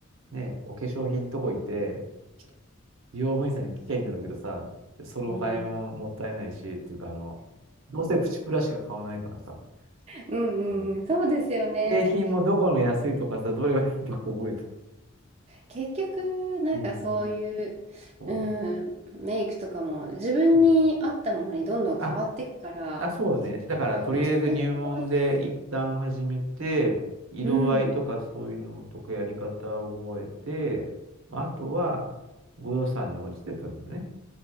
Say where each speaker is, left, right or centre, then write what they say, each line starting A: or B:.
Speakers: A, on the right (about 70°); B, on the right (about 30°).
A: ね、お化粧品とこ行って、美容部員さんに聞きゃいいんだろうけどさ、そのお金ももったいないし、
B: うん。
A: っていうか、あの、どうせプチプラしか買わないからさ、
B: うんうん、
A: うん、
B: そうですよね。
A: 製品もどこの安いとかさ、どれがいいとか覚えて。
B: 結局、なんかそういう、
A: うん。そう
B: うん、メイクとかも自分に合ったものにどんどん変わっていくから、
A: そうそうそう。ああ、そうね。だから、とりあえず入門で一旦始めて、
B: 教えてもらっても、
A: 色合いとかそういうのとかやり方を覚えて、
B: うん、
A: まあ、あとは、ご予算に応じてたんだよね。